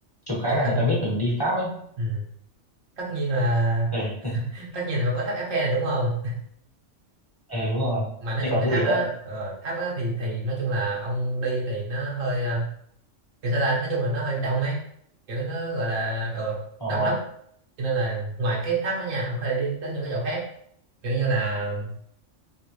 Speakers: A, on the left; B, on the right.
A: Chụp cái
B: chụp
A: là
B: hình
A: người ta biết mình đi Pháp ấy.
B: ừ. tất nhiên là
A: <laughs>
B: <laughs> tất nhiên là phải có tháp Eiffel này đúng không
A: Ừ, ừ đúng rồi.
B: mà nói
A: Thế
B: chung
A: còn
B: cái
A: cái
B: tháp
A: gì nữa?
B: đó ờ, tháp á thì thì nói chung là ông đi thì nó hơi ờ, kiểu sao ta nói chung là nó hơi đông ấy kiểu nó gọi là ờ
A: Ồ,
B: đông lắm cho nên là ngoài cái tháp đó nha ông có thể đi đến những cái chỗ khác kiểu như là